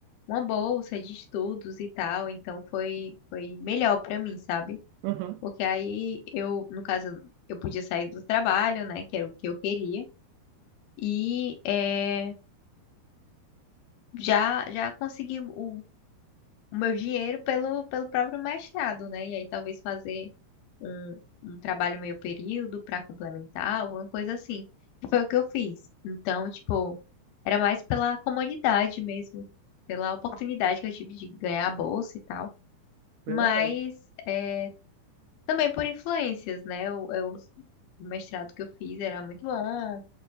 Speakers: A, on the left; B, on the right.
A: uma bolsa de estudos e tal, então foi foi melhor pra mim, sabe?
B: Uhum,
A: Porque aí eu, no caso, eu podia sair do trabalho, né, que era o que eu queria, e eh, já já consegui o, o meu dinheiro pelo pelo próprio mestrado, né? E aí talvez fazer um, um trabalho meio período pra complementar, alguma coisa assim. E Foi o que eu fiz. Então, tipo, era mais pela comodidade mesmo, pela oportunidade que eu tive de ganhar a bolsa e tal.
B: bem
A: Mas
B: legal.
A: é, também por influências, né? Eu, eu- o mestrado que eu fiz era muito bom,